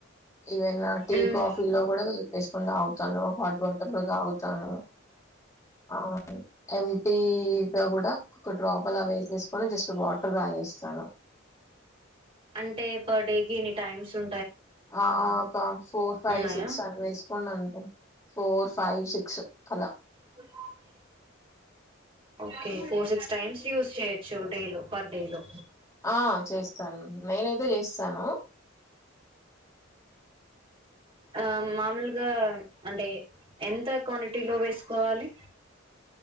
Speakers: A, on the left; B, on the right.
A: ఈవెన్ టీ
B: మ్మ్
A: కాఫీ లో కూడా కల్పేసుకొని తాగుతాను హాట్ వాటర్ లో తాగుతాను ఆ ఎమ్టీ గ కూడా ఒక డ్రాప్ అలా వేసేసుకొని జస్ట్ వాటర్ తాగేస్తాను
B: అంటే పర్ డే ఇన్ని టైమ్స్ ఉ
A: ఆకా ఫోర్ ఫైవ్
B: ఉన్నాయా
A: సిక్స్ అని వేసుకోండి అంతే ఫోర్ ఫైవ్ సిక్ క్సు అలా
B: బే okay four six times use చేయొచ్చు డే లో పర్ డే లో
A: ఆ చేస్తాను నేనైతే చేస్తాను
B: ఆ మామూలుగా అంటే ఎంత క్వాంటిటీలో వేసుకోవాలి